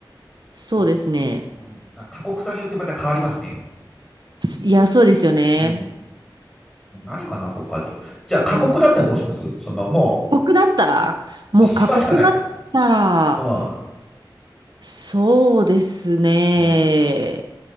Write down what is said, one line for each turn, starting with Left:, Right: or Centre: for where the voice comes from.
Right: そうですね。
Centre: うん、うんあ、過酷さによってまた変わりますね。
Right: いや、そうですよね。
Centre: うん。何かな、他には。じゃあ、
Right: うん
Centre: 過酷だったらどうしますその、も
Right: 過酷だったら、もう過酷だったら、
Centre: う、島しかない。うん。
Right: そうですね。
Centre: うん